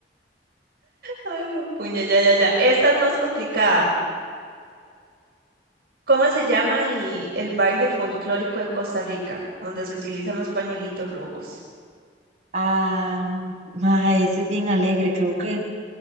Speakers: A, on the right (about 60°); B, on the right (about 40°).
A: Ay, puña, ya, ya, ya. Esta es más complicada. ¿Cómo se llama el, el baile folclórico de Costa Rica, donde se utilizan los pañuelitos rojos?
B: Ah, mae, ese es bien alegre, creo que.